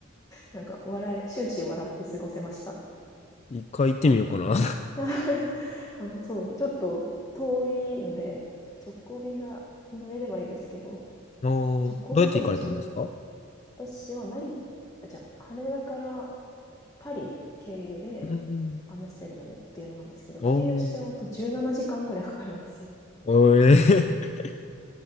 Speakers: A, on the left; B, on the left.
A: なんか、笑い、終始笑って過ごせました。
B: <laughs> 一回行ってみようかな。
A: <laughs> まあ、そうですね。ちょっと遠いので、直行便が乗れればいいですけど、
B: おー。
A: 直行便でも十。
B: どうやって行かれたんですか
A: 私は成あじゃあ、羽田からパリ経由で
B: うんうん。
A: アムステルダムっていうのなんですけど、経由しちゃうと17時間ぐらいかかるんですよ。
B: おー。おーえー。